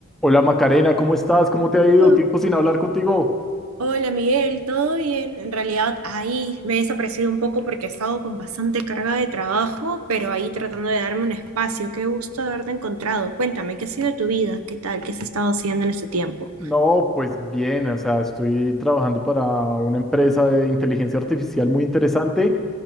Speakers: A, in the centre; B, on the right.
A: Hola Macarena, ¿cómo estás? ¿Cómo te ha ido?
B: Oh,
A: Tiempo sin hablar contigo.
B: Hola Miguel, ¿todo bien? En realidad ahí me he desaparecido un poco porque he estado con bastante carga de trabajo, pero ahí tratando de darme un espacio. Qué gusto haberte encontrado. Cuéntame, ¿qué ha sido de tu vida? ¿Qué tal? ¿Qué has estado haciendo en este tiempo?
A: No, pues bien, o sea, estoy trabajando para una empresa de inteligencia artificial muy interesante